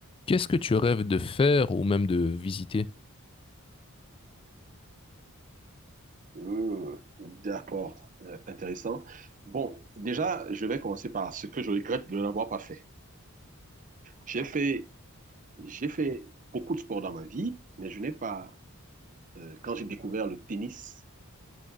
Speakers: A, on the left (about 25°); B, on the right (about 35°).
A: Qu'est-ce que tu rêves de faire ou même de visiter?
B: Mmh, d'accord, Euh, intéressant. Bon, déjà, je vais commencer par ce que je regrette de n'avoir pas fait. J'ai fait, j'ai fait beaucoup de sport dans ma vie, mais je n'ai pas, euh, quand j'ai découvert le tennis,